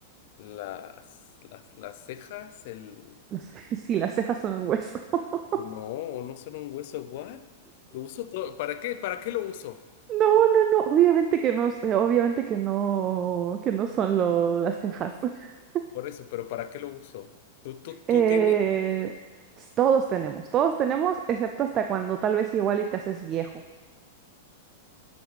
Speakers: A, on the left; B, on the right.
A: las, las, las cejas, el...
B: Las- <laughs> sí, las cejas son un hueso. <laughs>
A: No, no son un hueso. What? Lo uso todo. ¿Para qué? ¿Para qué lo uso?
B: No, no, no. Obviamente que no, sé, obviamente que no, que no son lo- las cejas. <laughs>
A: Por eso, pero ¿para qué lo uso? ¿Tú, tú, tú
B: Eh,
A: tienes?
B: s- todos tenemos, todos tenemos, excepto hasta cuando tal vez igual y te haces viejo,